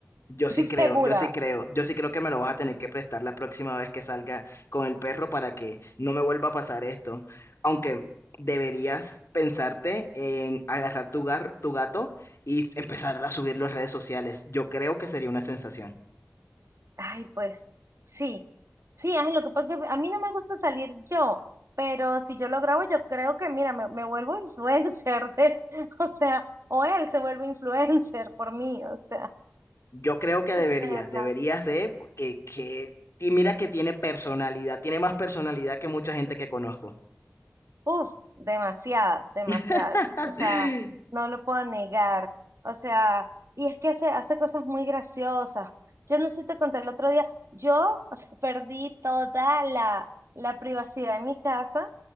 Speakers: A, on the left; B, on the right.
A: Yo
B: <laughs>
A: sí
B: Estoy
A: creo,
B: segura.
A: yo sí creo, yo sí creo que me lo vas a tener que prestar la próxima vez que salga con el perro para que no me vuelva a pasar esto. Aunque deberías pensarte en agarrar tu, gar- tu gato y empezar a subirlo a redes sociales. Yo creo que sería una sensación.
B: Ay, pues sí. Sí, es lo que pasa es que a mí no me gusta salir yo, pero si yo lo grabo, yo creo que, mira, me, me vuelvo influencer de, <laughs> o sea, o él se vuelve influencer por mí, o sea.
A: Yo creo que deberías,
B: De verdad.
A: deberías de, porque que, y mira que tiene personalidad, tiene más personalidad que mucha gente que conozco.
B: Uf, demasiada, demasiadas.
A: <laughs>
B: O sea, no lo puedo negar. O sea, y es que hace, hace cosas muy graciosas. Yo no sé si te conté el otro día, yo, o sea, <laughs> perdí toda la, la privacidad en mi casa.